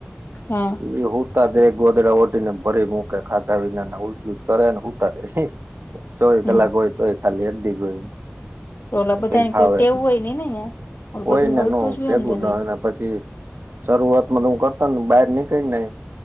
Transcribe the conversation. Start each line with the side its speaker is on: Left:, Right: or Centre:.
Left: હા
Right: એ હુંતા દે ગોદડા ઓટી ને ભરી મૂકે ખાધા વિના ને ઉલટી કરે ને હું કરે. ચોવીસ
Left: હમ
Right: કલાક હોય તોય ખાલી એકધી જ હોય.
Left: ઓલા
Right: ને
Left: બધાને
Right: કઈ ફાવે
Left: કોઈ ટેવું
Right: તું
Left: હોય નઈ ને ન્યા ઓલું
Right: કોઈને
Left: બધું હલતું
Right: નો
Left: જ હોય
Right: ભેગું
Left: અંદર
Right: ના
Left: ન્યા
Right: એના પછી શરૂઆત માં તો હું કરતા ને બહાર નીકળીને